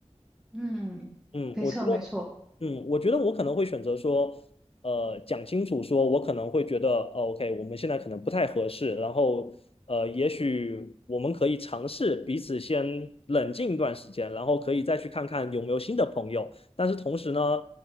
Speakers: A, in the centre; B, on the left.
A: 嗯，
B: 嗯，
A: 没错没错。
B: 我觉得，嗯，我觉得我可能会选择说，呃，讲清楚说，我可能会觉得，哦，OK，我们现在可能不太合适，然后，呃，也许我们可以尝试彼此先冷静一段时间，然后可以再去看看有没有新的朋友。但是同时呢，